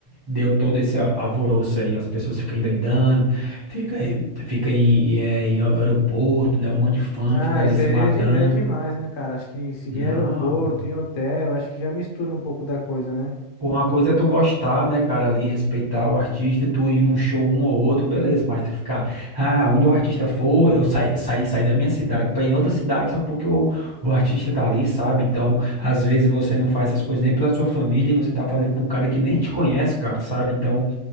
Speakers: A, on the right; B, on the left.
A: deu todo esse a- alvoroço aí, as pessoas ficam endoidando, fica, fica em, em, é, em aeroporto, né? Um monte de fã
B: Ah,
A: fica ali
B: isso
A: se
B: aí
A: matando.
B: já é, de- já é demais, né, cara? Acho que seguir
A: Não.
B: em aeroporto, em hotel, acho que já mistura um pouco da coisa, né?
A: Com uma coisa é tu gostar, né, cara, ali, respeitar o artista, tu ir num show um ou outro, beleza, mas tu ficar, ah, onde o artista for, eu saí, saí, saí da minha cidade pra ir em outra cidade só porque o, o artista tá ali, sabe? Então, às vezes você não faz essas coisas nem pela sua família e você tá fazendo pra um cara que nem te conhece, cara, sabe? Então,